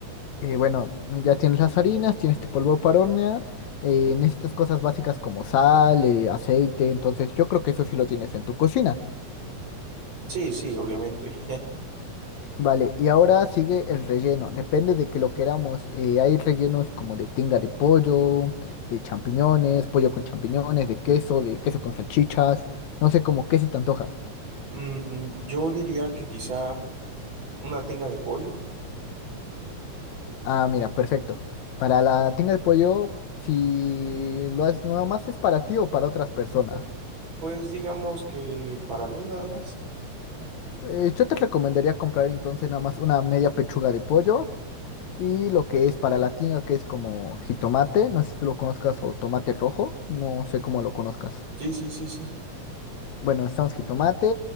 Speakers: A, on the left (about 75°); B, on the right (about 60°).
A: Eh, bueno, ya tienes las harinas, tienes este polvo para hornear, eh, necesitas cosas básicas como sal, eh, aceite, entonces yo creo que eso sí lo tienes en tu cocina.
B: Sí, sí, obviamente. <laughs>
A: Vale, y ahora sigue el relleno, depende de que lo queramos, eh, hay rellenos como de tinga de pollo, de champiñones, pollo con champiñones, de queso, de queso con salchichas, no sé cómo qué se te antoja.
B: Mm, yo diría que quizá una tinga de pollo.
A: Ah, mira, perfecto. Para la tinga de pollo, si lo haces, nada más es para ti o para otras personas.
B: Pues digamos que para mí nada más.
A: Pues yo te recomendaría comprar entonces nada más una media pechuga de pollo y lo que es para la tinga, que es como jitomate, no sé si tú lo conozcas, o tomate rojo, no sé cómo lo conozcas.
B: Sí, sí, sí, sí.
A: Bueno, necesitamos jitomate,